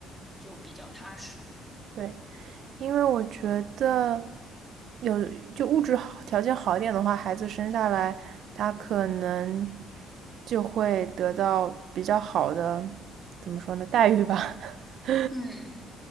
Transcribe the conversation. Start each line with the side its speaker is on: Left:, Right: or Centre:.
Centre: 就比较踏实。
Right: 对。因为我觉得有就物质好条件好一点的话，孩子生下来他可能就会得到比较好的，怎么说呢，待遇吧。<laughs>
Centre: 嗯，